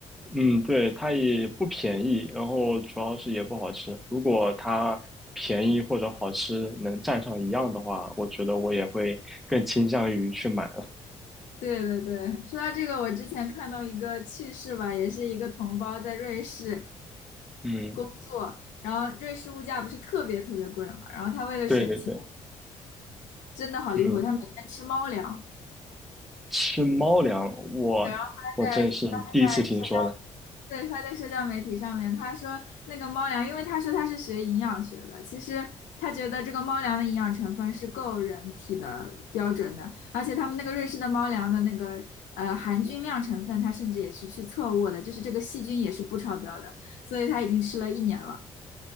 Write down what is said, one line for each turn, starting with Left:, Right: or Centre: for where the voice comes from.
Centre: 嗯，对，它也不便宜，然后主要是也不好吃。如果它便宜或者好吃能占上一样的话，我觉得我也会更倾向于去买了。
Left: 对对对，说到这个，我之前看到一个趣事吧，也是一个同胞在瑞士
Centre: 嗯，
Left: 工作，然后瑞士物价不是特别特别贵嘛，然后他为了省钱。
Centre: 对对对，
Left: 真的好离谱，
Centre: 嗯，
Left: 他每天吃猫粮。
Centre: 吃猫粮，我我真是第一次听说呢。
Left: 对，然后他在社交，对，他在社交媒体上面，他说那个猫粮，因为他说他是学营养学的，其实他觉得这个猫粮的营养成分是够人体的标准的，而且他们那个瑞士的猫粮的那个呃含菌量成分，他甚至也是去测过的，就是这个细菌也是不超标的，所以他已经吃了一年了。